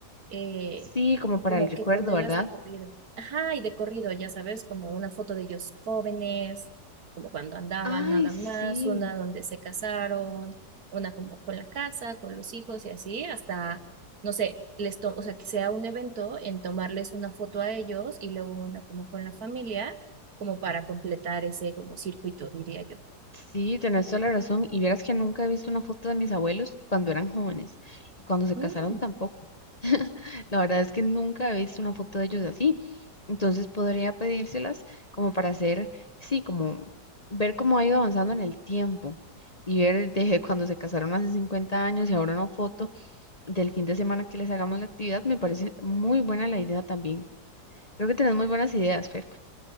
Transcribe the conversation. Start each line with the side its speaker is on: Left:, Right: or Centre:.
Right: eh,
Left: Sí, como para
Right: como
Left: el recuerdo,
Right: que ponerlas
Left: Sí. ¿verdad?
Right: de corrido. Ajá, y de corrido, ya sabes, como una foto de ellos jóvenes, como cuando andaban
Left: Ay,
Right: nada
Left: sí,
Right: más, una donde se casaron, una como con la casa, con los hijos y así, hasta, no sé, les to- o sea, que sea un evento en tomarles una foto a ellos y luego una como con la familia, como para completar ese como circuito, diría yo.
Left: Sí, tenés toda la razón. Y vieras que nunca he visto una foto de mis abuelos cuando eran jóvenes y cuando se casaron
Right: Mm.
Left: tampoco. <laughs> La verdad es que nunca he visto una foto de ellos así. Entonces podría pedírselas como para hacer, sí, como ver cómo ha ido avanzando en el tiempo y ver desde cuando se casaron hace 50 años y ahora una foto del fin de semana que les hagamos la actividad. Me parece muy buena la idea también. Creo que tenés muy buenas ideas, Fer.